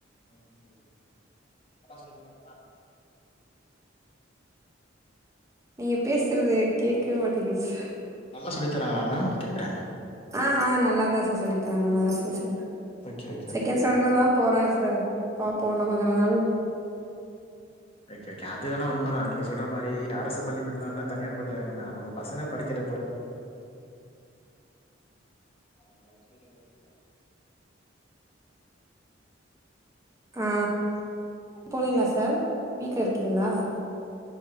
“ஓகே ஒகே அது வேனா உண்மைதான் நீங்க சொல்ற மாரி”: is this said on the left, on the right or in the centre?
Left